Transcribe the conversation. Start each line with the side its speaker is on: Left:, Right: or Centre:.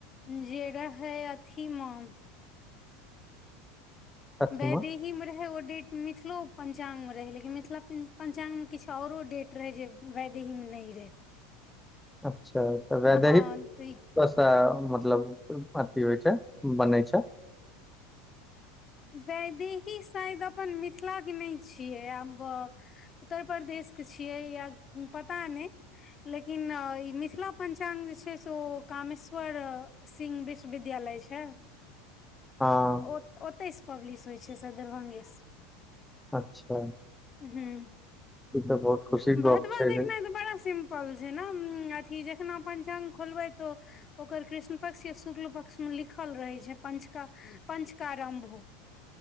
Left: जे रहै अथीमे
Centre: अथीमे
Left: बेदीह में रहे ओ डेट मिथिलो पंचांग में रहे लेकिन मिथिला पंचांग में किछु औरो डेट वेदैहि में नै रहे
Centre: अच्छा तऽ वैद
Left: हँ तऽ
Centre: सा मतलब अथी होइ छै बनै छै
Left: वैदेही शायद अपन मिथिला के नहि छियै आब बऽ उत्तर प्रदेशके छियै या पता नहि लेकिन ई मिथिला पञ्चाङ्ग जे छै से ओ कामेश्वर सिंह विश्वविद्यालय छै
Centre: हँ
Left: ओतहि सँ पब्लिश होई छै दरभंगे सँ
Centre: अच्छा
Left: ह
Centre: ई तऽ बहुत खुशी के
Left: भदवा
Centre: गप छै
Left: देखना
Centre: रे
Left: तऽ बड़ा सिम पल छै ने अथी जखना पञ्चाङ्ग खोलबै तऽ ओकर कृष्ण पक्ष या शुक्ल पक्ष में लिखल रहे छै पंचका पंचकारंभऽ